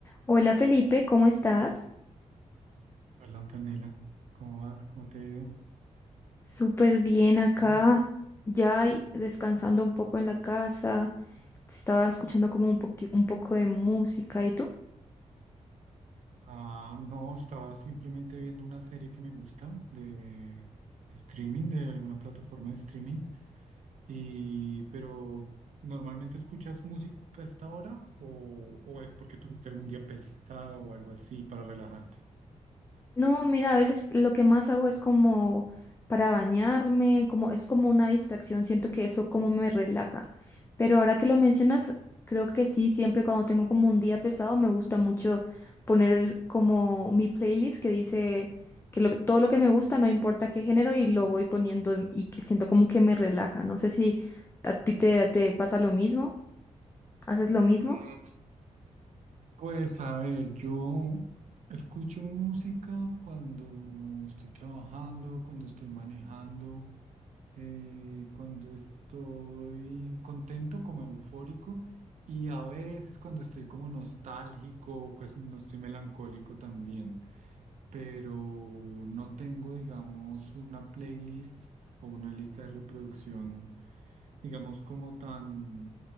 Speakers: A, on the left; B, on the right.
A: Hola Felipe, ¿cómo estás?
B: Hola Antonella, ¿cómo vas? ¿Cómo te ha ido?
A: Súper bien acá,
B: Bien.
A: ya y- descansando un poco en la casa, estaba escuchando como un poqui- un poco de música, ¿y tú?
B: Ah, no, estaba simplemente viendo una serie que me gusta de, de streaming, de alguna plataforma de streaming. Y, pero, ¿normalmente escuchas música a esta hora o, o es porque tuviste algún día pesado o algo así para relajarte?
A: No, mira, a veces lo que más hago es como para bañarme, como es como una distracción, siento que eso como me relaja. Pero ahora que lo mencionas, creo que sí, siempre cuando tengo como un día pesado, me gusta mucho poner como mi playlist que dice que lo- todo lo que me gusta, no importa qué género, y lo voy poniendo y que siento como que me relaja. No sé si a ti te, te pasa lo mismo, haces lo mismo.
B: Mm, Pues a ver, yo escucho música cuando estoy trabajando, cuando estoy manejando. eh, cuando estoy contento, como eufórico, y a veces cuando estoy como nostálgico, pues no estoy melancólico también, pero no tengo, digamos, una playlist o una lista de reproducción, digamos, como tan,